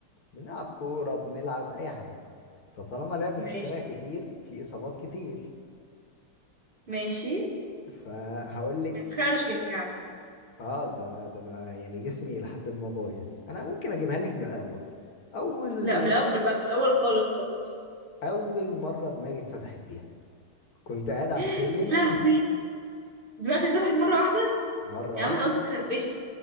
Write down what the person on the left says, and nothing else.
بنلعب كوره بنلعب اي حاجه فطالما لعب
في الشارع كتير في اصابات كتير
فهقول لك
اه ده انا ده انا يعني جسمي لحد ما بايظ انا ممكن اجيبها لك من الاول اول
اول مره دماغي اتفتحت فيها كنت قاعد على السلم
مره
واحده